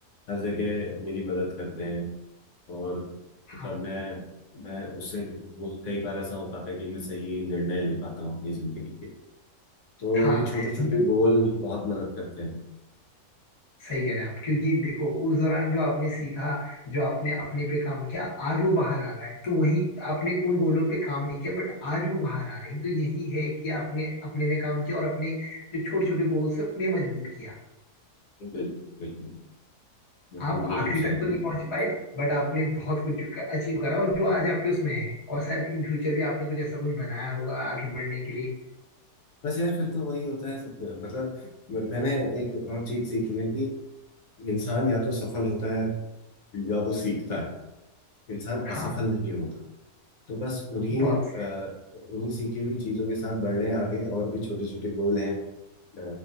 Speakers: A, on the left; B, on the left.
A: हर जगह मेरी मदद करते हैं और
B: हाँ
A: मतलब मैं मैं उससे वो कई बार ऐसा हो पाता है कि मैं सही निर्णय ले पाता हूँ अपनी जिंदगी के तो
B: हाँ
A: ये छोटे छोटे
B: वो
A: गोल बहुत मदद करते हैं
B: सही कह रहे हैं आप क्योंकि देखो उस दौरान जो आपने सीखा जो आपने अपने पे काम किया आज वो बाहर आ रहा है तो वही आपने उन गोलों पे काम नहीं किया बट आज वो बाहर आ रहे हैं तो यही है कि आपने अपने में काम किया और अपने जो छोटे छोटे गोल्स हैं उन्हें मजबूत किया
A: बिल्कुल बिल्कुल पूर्ण
B: आप आखिरी
A: रूप से
B: तक तो नहीं पहुंच पाए बट आपने बहुत कुछ अचीव करा और जो आज आपके उसमें है और शायद इन फ्यूचर भी आपने कुछ ऐसा कुछ बनाया होगा आगे बढ़ने के लिए
A: बस यार फिर तो वही होता है सब मतलब म- मैंने एक और चीज सीखी है कि इंसान या तो सफल होता है या वो सीखता है इंसान असफल
B: हाँ
A: नहीं होता तो बस उन्हीं
B: बहुत से,
A: अ, उन्हीं सीखी हुई चीजों के साथ बढ़ रहे हैं आगे और भी छोटे छोटे गोल हैं अ,